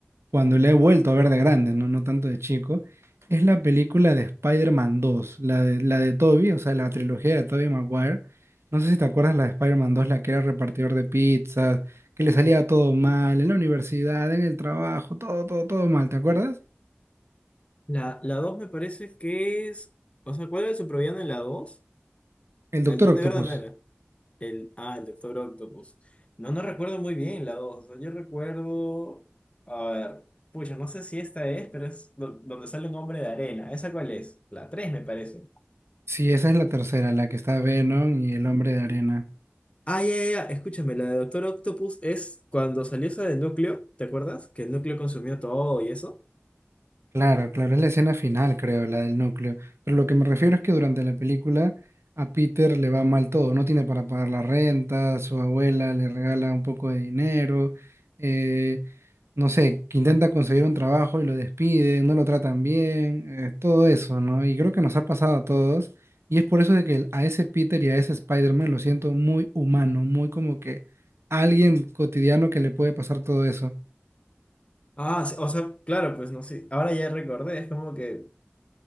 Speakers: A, on the right; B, on the left.
A: cuando la he vuelto a ver de grande, no, no tanto de chico, es la película de Spider-Man 2, la de, la de Tobey, o sea, la trilogía de Tobey Maguire. No sé si te acuerdas la de Spider-Man 2, la que era repartidor de pizzas, que le salía todo mal en la universidad, en el trabajo, todo, todo, todo mal, ¿te acuerdas?
B: La, la dos me parece que es... O sea, ¿cuál era su supervillano en la 2?
A: El Doctor
B: El de
A: Octopus.
B: Verde no era. El, ah, el Doctor Octopus. No, no recuerdo muy bien la 2. O sea, yo recuerdo... A ver, pucha, no sé si esta es, pero es do- donde sale un hombre de arena. ¿Esa cuál es? La 3 me parece.
A: Sí, esa es la tercera, la que está Venom y el Hombre de Arena.
B: Ah, ya, ya, ya, escúchame, la de Doctor Octopus es cuando salió esa del núcleo, ¿te acuerdas? Que el núcleo consumió todo y eso.
A: Claro, claro, es la escena final, creo, la del núcleo. Pero lo que me refiero es que durante la película a Peter le va mal todo, no tiene para pagar la renta, su abuela le regala un poco de dinero, eh, no sé, que intenta conseguir un trabajo y lo despiden, no lo tratan bien, eh, todo eso, ¿no? Y creo que nos ha pasado a todos. Y es por eso de que a ese Peter y a ese Spider-Man lo siento muy humano, muy como que alguien cotidiano que le puede pasar todo eso.
B: Ah, sí, o sea, claro, pues no sé, ahora ya recordé, es como que,